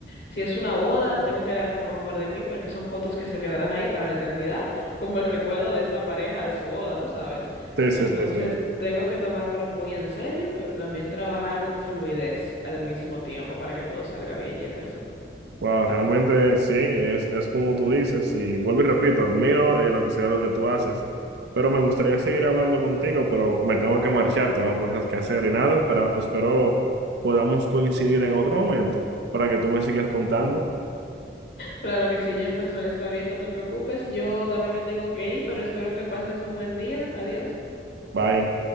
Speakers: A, on the left; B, on the right.
A: si es una boda, tengo que dar lo mejor de mí porque son fotos que se quedarán ahí para la eternidad, como el recuerdo de esta pareja de su boda, tú sabes.
B: Sí,
A: Entonces,
B: sí, sí, sí.
A: tengo que tomármelo muy en serio, pero también trabajar con fluidez al mismo tiempo para que todo salga bien, Jefferson.
B: Wow, realmente sí, es, es como tú dices, y vuelvo y repito, admiro eh, lo que sea lo que tú haces, pero me gustaría seguir hablando contigo, pero me tengo que marchar, tengo cosas que hacer y nada, espera, espero podamos coincidir en otro momento para que tú me sigas contando.
A: Claro que sí, Jefferson, está bien, no te preocupes. Yo también me tengo que ir, pero espero que pases un buen día. Adiós.
B: Bye.